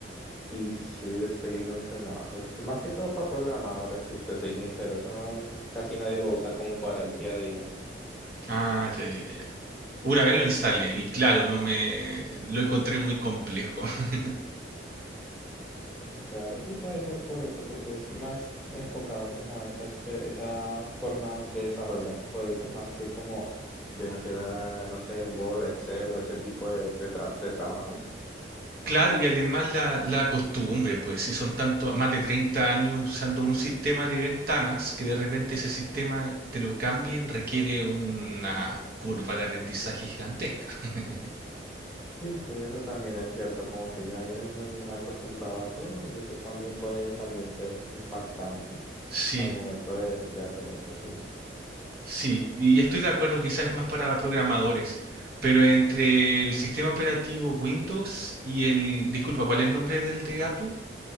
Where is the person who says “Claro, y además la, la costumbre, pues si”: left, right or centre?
Right